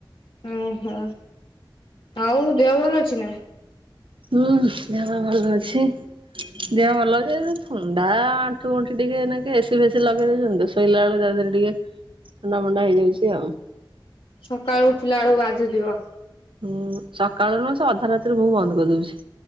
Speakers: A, on the left; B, on the right.
A: ଓହୋ ଆଉ ଦେହ ଭଲ ଅଛି ନା?
B: ହୁଁ ଦେହ ପା ଭଲ ଅଛି। ଦେହ ଭଲ ଥଣ୍ଡା ଆଣ୍ଠୁ ଗଣ୍ଠି ଟିକେ ଏନେକା ଏସି ଫେସି ଲଗେଇଦଉଛନ୍ତି ଶୋଇଲା ବେଳକୁ ତା ଦେହରେ ଟିକେ ଥଣ୍ଡା ମଣ୍ଡା ହେଇଯାଉଛି ଆଉ।
A: ସକାଳୁ ଉଠିଲା ବେଳକୁ ଭାବୁଥିବ।
B: ହୁଁ ସକାଳୁ ନୁ ସେ ଅଧା ରାତିରେ ମୁଁ ବନ୍ଦ କରିଦଉଛି